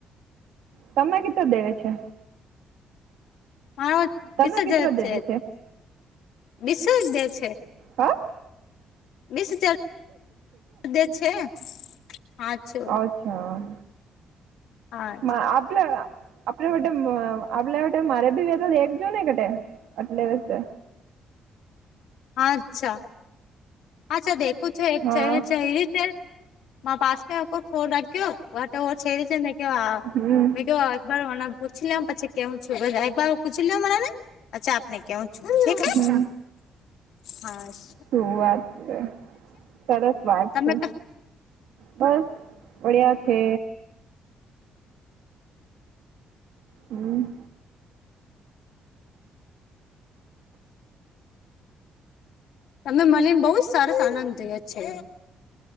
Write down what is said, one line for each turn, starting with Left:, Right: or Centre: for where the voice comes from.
Right: તમે કેટલા દેવે છે.
Left: મા બીસ
Right: તમે કેટલા
Left: હજાર જ
Right: દેવે
Left: છે બીસ જ દે છે.
Right: હં.
Left: બીસ હજાર દે છે હાછો.
Right: અચ્છા
Left: હા
Right: આપલા આપ વ. આપડ માટે મારે ભી વે તો એકજ ને કેટે આટલે વસ્તે.
Left: અચ્છા. અચ્છા દેખું છું એક
Right: હા
Left: ચહેરી છે મા પાસ ઓર ફોન રાખ્યો. વા તો છેરી છે મે કેવા
Right: હમ
Left: મે કેવા બરો મને પૂછી લઉં પછી કેવું છું બધા એક બાર પૂછી લઉં બધાને? અચ્છા આપને કેવું છું ઠીક હે,
Right: હમ
Left: હાશ.
Right: શું વાત છે, સરસ વાત
Left: તમે
Right: છે. બસ બળિયા છે. હમ
Left: તમને મલી ને બહુ જ સરસ આનંદ થયો છે.